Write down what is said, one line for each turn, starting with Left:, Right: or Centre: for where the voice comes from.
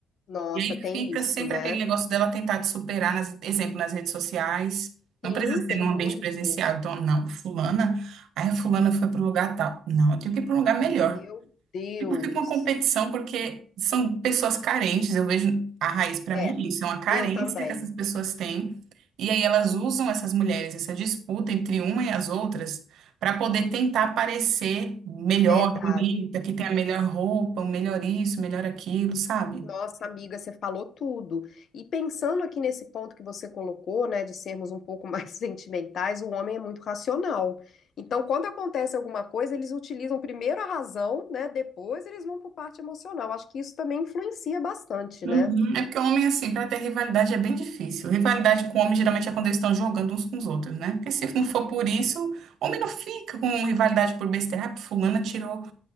Left: Nossa,
Right: E aí
Left: tem
Right: fica
Left: isso,
Right: sempre
Left: né?
Right: aquele negócio dela tentar te superar, nas, exemplo, nas redes sociais. Não
Left: Sim,
Right: precisa
Left: tem
Right: ser num
Left: muito.
Right: ambiente presencial. Então, não, fulana, aí a fulana foi para o lugar tal. Não, eu tenho que ir para um lugar melhor.
Left: Meu Deus.
Right: Tipo, fica uma competição porque são pessoas carentes. Eu vejo a raiz para mim
Left: É,
Right: é isso, é uma carência
Left: eu também.
Right: que essas pessoas têm. E aí elas usam essas mulheres, essa disputa entre uma e as outras, para poder tentar parecer melhor,
Left: Verdade.
Right: bonita, que tem a melhor roupa, o melhor isso, o melhor aquilo, sabe?
Left: Nossa, amiga, você falou tudo. E pensando aqui nesse ponto que você colocou, né, de sermos um pouco mais <laughs> sentimentais, o homem é muito racional. Então, quando acontece alguma coisa, eles utilizam primeiro a razão, né, depois eles vão para parte emocional. Acho que isso também influencia bastante,
Right: Uhum.
Left: né?
Right: É porque homem, assim, pra ter rivalidade é bem difícil. Rivalidade com homem geralmente é quando eles estão jogando uns com os outros, né? Porque se não for por isso, homem não fica com rivalidade por besteira. Ah, fulana tirou,